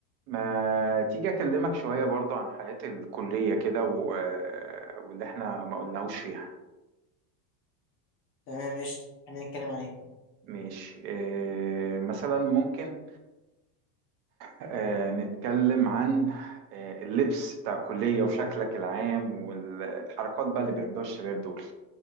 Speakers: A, on the right; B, on the left.
A: ما تيجي أكلمك شوية برضو عن حياة الكلية كده و... واللي احنا ما قلناهوش فيها
B: تمام قشطة خلينا نتكلم عن ايه
A: ماشي اه مثلا ممكن اه نتكلم عن اه اللبس بتاع الكلية وشكلك العام والحركات بقى اللي بيعملوها الشباب دول